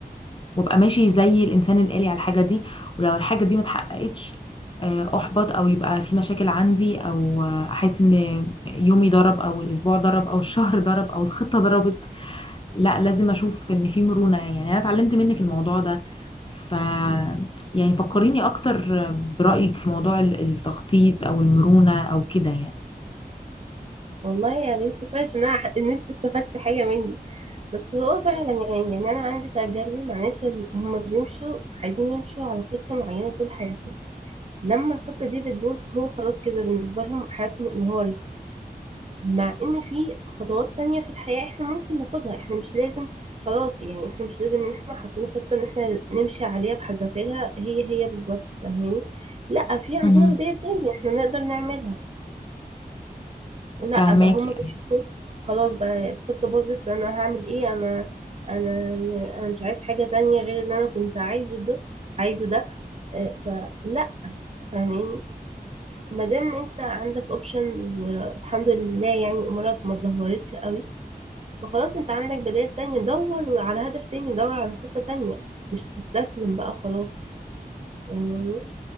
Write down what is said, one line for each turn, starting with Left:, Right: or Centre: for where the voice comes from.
Left: وابقى ماشي زي الانسان الآلي على الحاجه دي ولو الحاجه دي ما اتحققتش آه، احبط او يبقى في مشاكل عندي او آه، احس ان يومي ضرب او الاسبوع ضرب او الشهر ضرب او الخطه ضربت لا لازم اشوف ان في مرونة يعني انا اتعلمت منك الموضوع ده ف يعني فكريني اكتر برأيك في موضوع ال- التخطيط او المرونة او كده يعني
Right: والله يا بنتي كويس ان انا ان انت استفدتي حاجه مني بس هو فعلا يعني يعني انا عندي تجاربي مع ناس هم بيمشوا عايزين يمشوا على خطه معينه طول حياتهم لما الخطة دي بتبوظ هو خلاص كده بالنسبة لهم حياتهم انهار مع ان في خطوات تانية في الحياة احنا ممكن ناخدها احنا مش لازم خلاص يعني احنا مش لازم ان احنا حاطين خطة ان احنا نمشي عليها بحذافيرها هي هي بالظبط فاهمين لا في عندنا
Left: مهم.
Right: بداية تانية احنا نقدر نعملها لا
Left: فهماكي
Right: بقى هم بيحبوا خلاص بقى الخطة باظت انا هعمل ايه انا انا انا مش عايز حاجة تانية غير اللي انا كنت عايزه ده عايزه ده اه، فلا فاهمين ما دام انت عندك اوبشن والحمد لله يعني امورك ما اتدهورتش قوي فخلاص انت عندك بدائل تانية دور على هدف تاني دور على خطة تانية مش تستسلم بقى خلاص يعني